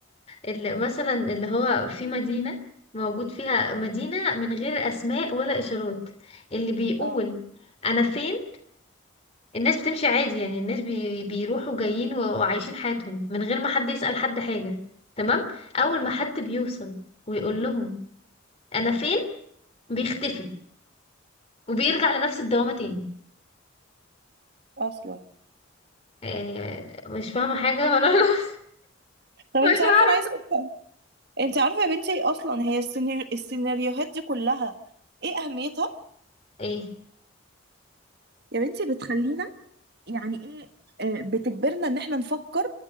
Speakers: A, on the left (about 30°); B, on the right (about 50°).
A: اللي مثلا اللي هو في مدينه موجود فيها مدينه من غير اسماء ولا اشارات اللي بيقول
B: اه
A: انا فين الناس بتمشي عادي يعني الناس بي بيروحوا جايين و- وعايشين حياتهم من غير ما حد يسأل حد حاجه تمام اول ما حد بيوصل ويقول لهم انا فين بيختفي وبيرجع لنفس الدوامة تاني
B: اصلا
A: يعني مش فاهمة حاجة ولا <laughs>
B: طب انت
A: مش
B: عارفة
A: عارفة
B: انا عايزة اقول انت عارفة يا بنتي اصلا هي السيناري... السيناريوهات دي كلها ايه اهميتها
A: ايه
B: يا بنتي بتخلينا يعني ايه آه، بتجبرنا ان احنا نفكر